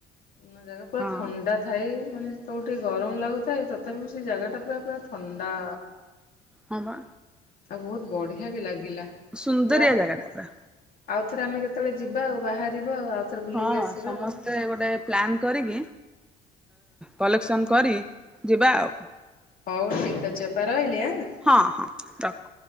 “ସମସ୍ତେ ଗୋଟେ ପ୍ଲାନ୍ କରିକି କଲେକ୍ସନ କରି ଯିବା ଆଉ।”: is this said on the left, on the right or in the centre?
Centre